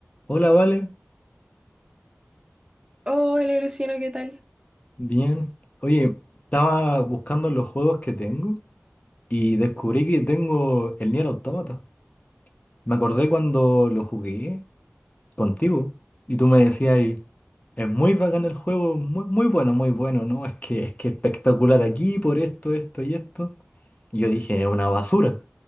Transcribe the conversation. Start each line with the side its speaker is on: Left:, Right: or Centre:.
Left: Hola, Vale.
Right: Hola Luciano, ¿qué tal?
Left: Bien. Oye, estaba buscando los juegos que tengo y descubrí que tengo el Nier Automata. Me acordé cuando lo jugué contigo y tú me decías, ahí, es muy bacán el juego, muy, muy bueno, muy bueno, ¿no? Es que es que espectacular aquí por esto, esto y esto. Y yo dije, es una basura,